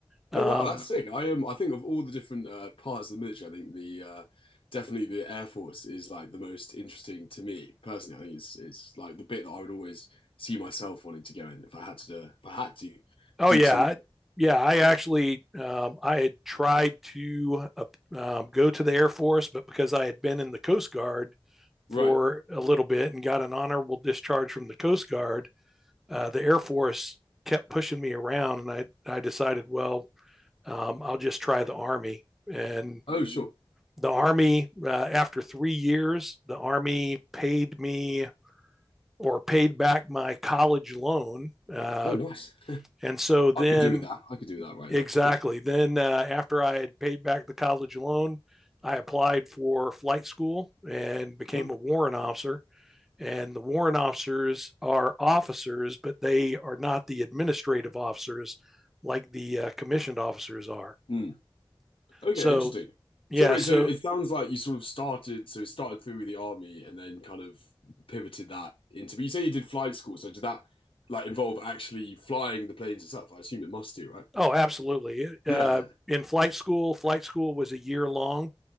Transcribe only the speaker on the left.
oh wow, that's sick. I um, I think of all the different uh, parts of the military, I think the uh, definitely the Air Force is like the most interesting to me personally. I think it's it's like the bit that I would always see myself wanting to go in if I had to do, if I had to
do
something.
Right.
Oh, sure.
Oh, nice.
I could do with that. I could do that right
now.
Oh,
hmm. Okay,
interesting.
So wait,
so it sounds like you sort of started, so started through with the army and then kind of pivoted that into. But you say you did flight school, so did that like involve actually flying the planes itself? I assume it must do, right?
Yeah, yeah.